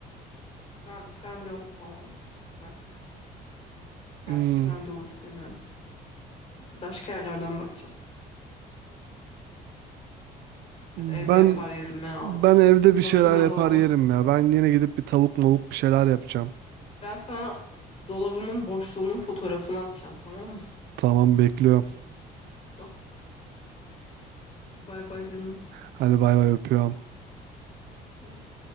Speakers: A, on the left (about 40°); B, on the right (about 75°).
A: Ben trendyol falan artık. Gerçi
B: Hmm.
A: Trendyol istemiyorum. Başka yerlerden bakacağım. Ya
B: Ben
A: da evde yapar yerim ya.
B: ben
A: Of.
B: evde
A: Bir
B: bir
A: bakayım
B: şeyler
A: ben
B: yapar
A: dolaba.
B: yerim ya. Ben yine gidip bir tavuk mavuk bir şeyler yapacağım.
A: Ben sana dolabımın boşluğunun fotoğrafını atacağım tamam mı?
B: Tamam bekliyorum.
A: <laughs> Tamam. Bay bay canım.
B: Hadi bay bay öpüyorum.
A: Bay bay.